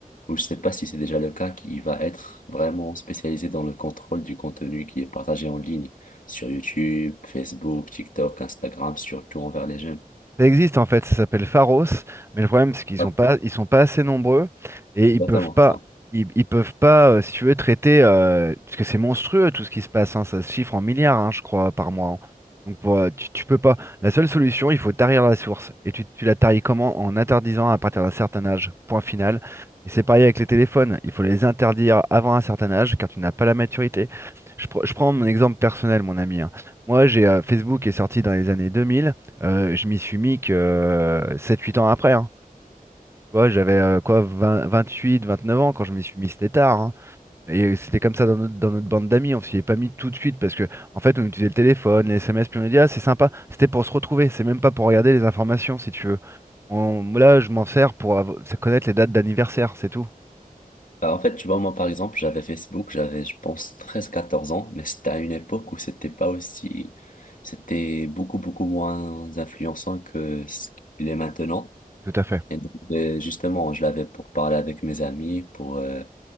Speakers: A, on the left; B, on the right.
A: ou je sais pas si c'est déjà le cas, qui va être vraiment spécialisée dans le contrôle du contenu qui est partagé en ligne sur YouTube, Facebook, TikTok, Instagram, surtout envers les jeunes.
B: Ça existe en fait, ça s'appelle Pharos, mais le problème c'est qu'ils
A: Ah,
B: sont pas, ils sont pas assez nombreux et
A: exactement.
B: ils peuvent pas, ils, ils peuvent pas, euh, si tu veux, traiter, euh, parce que c'est monstrueux tout ce qui se passe, hein, ça se chiffre en milliards, hein, je crois, par mois. hein. Donc pour, euh, tu, tu peux pas. La seule solution, il faut tarir la source. Et tu, tu la taries comment? En interdisant à partir d'un certain âge, point final. Et c'est pareil avec les téléphones, il faut les interdire avant un certain âge car tu n'as pas la maturité. Je, pr- je prends mon exemple personnel, mon ami. hein. Moi, j'ai euh, Facebook est sorti dans les années 2000. Heu, je m'y suis mis que, euh, sept-huit ans après, hein. Tu vois, j'avais, heu, quoi, huit vingt-neuf ans quand je m'y suis mis, c'était tard, hein et c'était comme ça dans notre dans notre bande d'amis, on s'y est pas mis tout de suite parce que en fait, on utilisait le téléphone, les SMS, puis on a dit: «Ah, c'est sympa». C'était pour se retrouver, c'est même pas pour regarder les informations, si tu veux. On là, je m'en sers pour av connaître les dates d'anniversaire, c'est tout.
A: Bah, en fait, tu vois, moi, par exemple, j'avais Facebook, j'avais, je pense, treize quatorze ans, mais c'était à une époque où c'était pas aussi, c'était beaucoup, beaucoup moins influençant que ce qu'il est maintenant.
B: Tout à fait.
A: Et donc, euh, justement, je l'avais pour parler avec mes amis, pour euh,